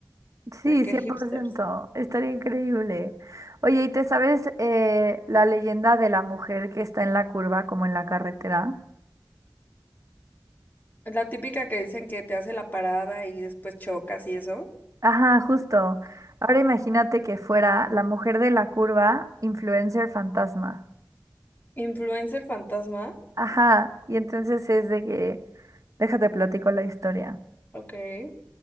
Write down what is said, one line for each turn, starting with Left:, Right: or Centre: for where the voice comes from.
Right: Sí,
Left: de que
Right: cien
Left: hipsters.
Right: por ciento, Estaría increíble. Oye, ¿y te sabes eh, la leyenda de la mujer que está en la curva, como en la carretera?
Left: La típica que dicen que te hace la parada y después chocas y eso.
Right: Ajá, justo. Ahora imagínate que fuera la mujer de la curva, influencer fantasma.
Left: Influencer fantasma,
Right: Ajá, y entonces es de que, déjate platico la historia.
Left: ok.